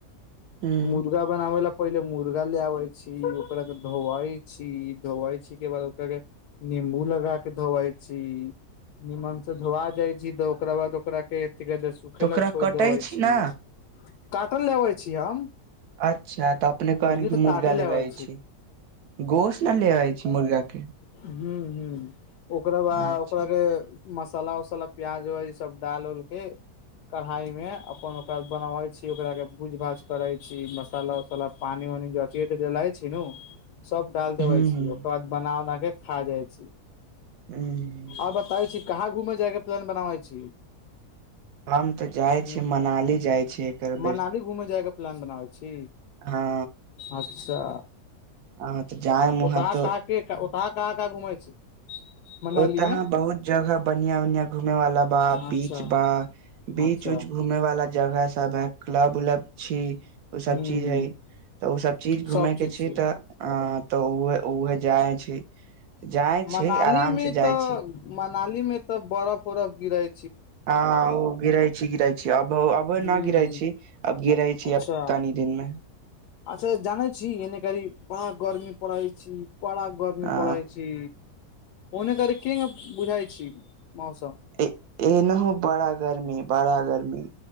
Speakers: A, on the right; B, on the left.
A: ह ह
B: मुर्गा बनाबै ले पहिले मुर्गा ले आबै छी ओकरा के धोवई छी धोवई छी के बाद ओकरा के निम्बू लगा के धोवय छी नीमन से धोवा जाइ छी तऽ ओकरा बाद ओकरा के क कह सूखे
A: तऽ
B: ल
A: ओकरा
B: छोड़
A: कटै
B: देबे छी
A: ने
B: काटल लेबे छी हम
A: अच्छा तऽ अपने कहान
B: मुर्गी
A: कि
B: तऽ
A: मुर्गा
B: काटे ले
A: लेबय
B: अबै
A: छी। गोश ने ले जाइ छी मुर्गा के
B: हू ह ओकरा ब
A: अच्छा
B: ओकरा के मसाला वसाला प्याज व्याज ई सब डाल उलके कढ़ाई मे अपन ओकरा बनबै छी ओकरा के भूज भाज करै छी मसाला उसाला पानी जथ त जेलइ छी न सब डाल देबे
A: हूं
B: छी
A: हूं
B: ओकर बाद बना उना के खा जाइ छी।
A: हूं
B: आओर बताबै छी कहाँ घूमय जायके प्लान बनाबै छी?
A: हम तऽ जाइ
B: ह
A: छी मनाली जाइ छी एकर बेर
B: मनाली घूम जायगा। प्लान बनाै छी
A: हँ
B: अच्छा
A: हँ तऽ जायम उहाँ
B: ओत कहाँ
A: तऽ
B: के ओतह कहाँ कहाँ घुमै छी? मनाली
A: ओत हाँ
B: मे
A: बहुत जगह बढ़िया बढ़िया घूमे वाला बा
B: अच्छा
A: बीच बा बीच
B: अच्छा
A: ऊच घूमे वाला जगह सब है क्लब उ्लब छी ओ सब
B: हूँ
A: चीज
B: हूँ
A: है। तऽ ओसभ चीज घूमयके
B: सब चीज
A: छैय
B: छियै
A: तऽ अ तऽह उहे जाय छैय जाय छैय
B: मनाली
A: आराम
B: मे
A: से जाय
B: तऽ
A: छी
B: मनाली में ते बरफ उरफ गिराय
A: हँ ओ गिराइ छी गिराइ छी अब अब
B: हूँ
A: न गिराै छी अब रहै छी
B: अच्छा
A: अब तानी दिनमे
B: अच्छा जानै छी एने करी बड़ा गर्मी पड़ै छी बड़ा गर्मी
A: आ
B: पड़ै छी ओने कर के ने बुझाइ छी मौसम
A: ए ए नहि बड़ा गर्मी बड़ा गर्मी